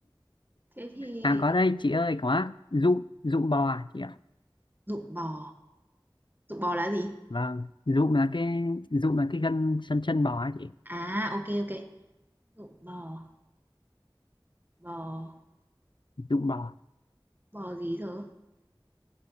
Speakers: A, on the right; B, on the left.
A: Thế thì
B: à có đây chị ơi có dụ dụ bò à chị ạ
A: dụng bò, dụng bò là gì?
B: vâng dụm là cái dụm là cái gân chân chân bò ấy chị
A: À, ok ok. Dụng bò, bò,
B: dụm bò
A: bò gì giờ?